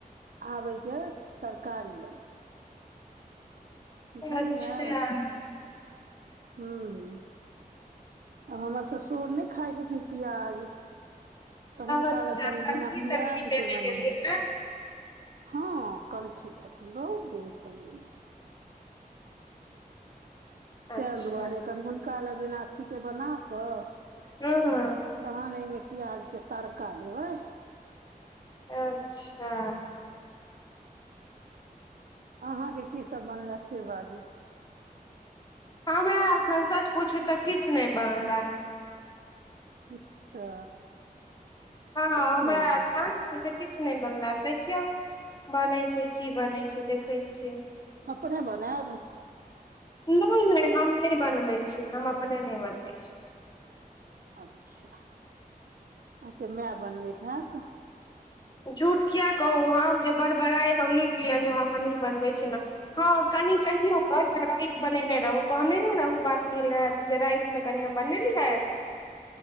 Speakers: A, on the right; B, on the left.
A: आब एहिस तरकारी बन बुझलियै
B: अच्छा
A: हॅं आब हमर ससुर नहि खाइ छथिन प्याज तऽ हुनका
B: अच्छा
A: ले कनि
B: कनकी
A: बिना प्याज
B: तनकी लेने
A: के बनेबै
B: हेथिन ने
A: हँ कणठी छथिन बहुत दिनसँ लेने
B: अच्छा
A: तें दुआरे कनि हुनका लऽ अथी कऽ बना कऽ
B: हां हां
A: तहन एहिमे प्याज के तड़का देबै
B: अच्छा
A: अहाँके की सब बनल से बाजू
B: हमरा एखन सच पूछू तऽ किछु नहि बनलै
A: अच्छा
B: हँ
A: किछु
B: हमरा
A: नहि
B: एखन जेछै किछु नहि बनला आ देखियौ बनै छै की बनै छै देखै छियै
A: अपने बनैब
B: नहि नहि हम नहि बनबैत छी हम अपने नहि बनबैत छी
A: अचछा हां के मैय बनबै हैत
B: झूठ किया कहू हम जे बड़ बड़ाइ हम लुटि लिअ जे ह हमही बनबै छी न हँ कनि कहियो कऽ जे राति बनेने रहू कहने हे रहू बात भेल रहै जे राति मे कनिह बनेली है
A: <inaudible>